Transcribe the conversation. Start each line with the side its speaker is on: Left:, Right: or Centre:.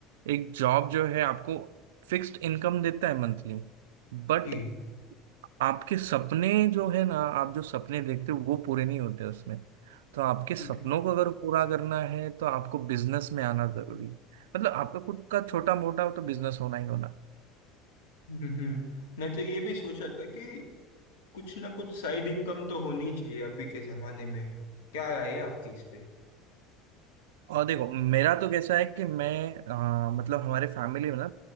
Right: एक जॉब जो है आपको फिक्स्ड इनकम देता है मंथली बट
Left: जी
Right: आपके सपने जो है ना आप जो सपने देखते हो वो पूरे नहीं होते उसमें तो आपके
Left: जी
Right: सपनों को अगर पूरा करना है तो आपको बिजनेस में आना जरूरी है मतलब आपका खुद का छोटा मोटा तो बिजनेस होना ही होना
Left: हम्म हम्म मैं तो ये भी सोच रहा था कि कुछ ना कुछ साइड इनकम तो होनी चाहिए अभी के जमाने में क्या राय है आपकी इस पे
Right: और देखो मेरा तो कैसा है कि मैं अ, मतलब हमारे फैमिली में ना